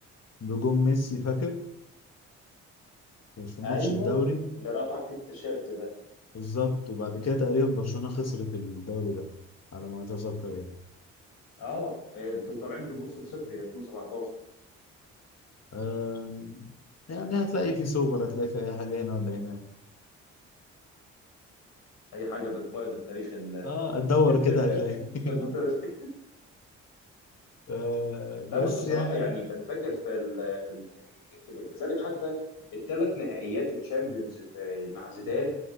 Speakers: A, on the left; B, on the left.
A: بجون ميسي فاكر في ماتش
B: ايوه
A: الدوري
B: اللي رفع فيه التيشيرت ده
A: بالظبط وبعد كده تقريبا برشلونة خسرت الدوري ده على ما اتذكر يعني
B: اه انتوا طالعين بموسم صفري 2017
A: آه يعني هتلاقي في سوبر هتلاقي في أي حاجة هنا ولا هنا
B: اي حاجة بتبيض التاريخ ال-
A: اه تدور
B: <laughs>
A: كده هتلاقي <laughs>
B: الفترة دي
A: آه
B: لا
A: بس
B: بس بصراحة
A: يعني
B: يعني كان فاكر في ال في ال يعني كذلك حتى الثلاث نهائيات الشامبيونز في مع زيدان